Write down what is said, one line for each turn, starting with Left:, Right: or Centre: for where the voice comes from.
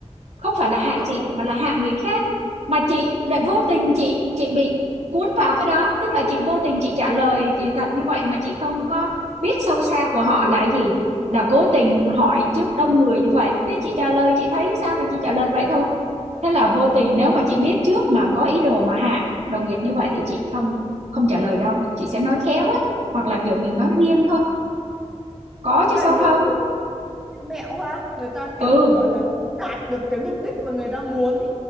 Right: không phải là hạ
Centre: Ờ,
Right: chị mà là hạ người khác mà chị lại vô tình chị chị bị cuốn vào cái đó tức là chị vô tình chị trả lời thì thật như vậy mà chị không có biết sâu xa của họ là gì là cố tình hỏi trước đông người như vậy thế chị trả lời chị thấy sao thì chị trả lời vậy thôi thế là vô tình nếu mà chị biết trước mà có ý đồ mà hạ đồng nghiệp như vậy thì chị không không trả lời đâu chị sẽ nói khéo ấy hoặc là kiểu mình nói riêng thôi có
Centre: ý
Right: chứ
Centre: là
Right: sao
Centre: nhiều
Right: không
Centre: Siêu mẹo ha, người ta kiểu
Right: ừ
Centre: gọi là đạt được cái mục đích mà người ta muốn ý.